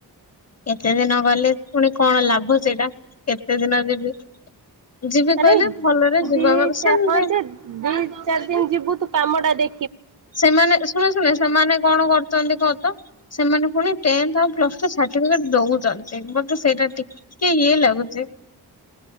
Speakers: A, on the left; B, on the right.
A: କେତେ ଦିନ ଗଲେ ପୁଣି କଣ ଲାଭ ସେଇଟା କେତେ ଦିନ ଯିବି। ଯିବି
B: ଆରେ
A: କହିଲେ ଭଲରେ ଯିବା
B: ଦି
A: କ ସେମିତି
B: ଚା-ହଁ ଯେ ଦି ଚାରି ଦିନ ଯିବୁ ତୁ କାମ ଟା ଦେ
A: ସେମାନେ ଏ ଶୁଣେ ଶୁଣେ ସେମାନେ କଣ କରୁଚନ୍ତି କହ ତ? ସେମାନେ ପୁଣି ଟେନ୍ଥ ଆଉ ପ୍ଲସ୍ ଟୁ ସା ସାର୍ଟିଫିକେଟ ଦଉଚନ୍ତି। ମୋତେ ସେଇଟା ଟିକେ ଇଏ ଲାଗୁଚି।